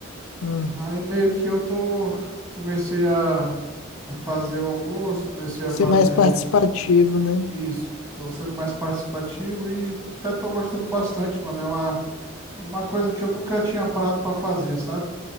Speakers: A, on the left (about 85°); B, on the right (about 15°).
A: aham.
B: Aí meio que eu tô comecei a, a fazer o almoço, comecei a
A: Ser
B: fazer
A: mais participativo, né?
B: isso, estou sendo mais participativo e até tô gostando bastante, mano. É uma, uma coisa que eu nunca tinha parado pra fazer, sabe?